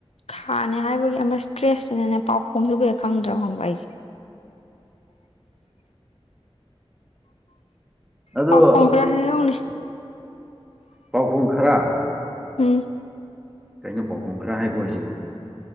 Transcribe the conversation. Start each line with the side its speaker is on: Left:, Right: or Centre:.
Left: ꯈꯥꯅꯦ ꯍꯥꯏꯕꯒꯤ ꯑꯃ ꯏꯁꯇ꯭ꯔꯦꯁꯇꯨꯅꯅꯦ ꯄꯥꯎꯈꯣꯡꯗꯕꯨ ꯍꯦꯛ ꯈꯪꯗ꯭ꯔꯕ ꯍꯪꯕ ꯑꯩꯁꯦ
Centre: ꯑꯗꯣ
Left: ꯄꯥꯎ ꯈꯣꯡ ꯈꯔ ꯍꯥꯏꯔꯥꯎꯅꯦ
Centre: ꯄꯥꯎꯈꯨꯝ ꯈꯔ
Left: ꯎꯝ
Centre: ꯀꯩꯅꯣ ꯄꯥꯎꯈꯨꯝ ꯈꯔ ꯍꯥꯏꯕꯣ ꯍꯥꯏꯁꯤꯕꯣ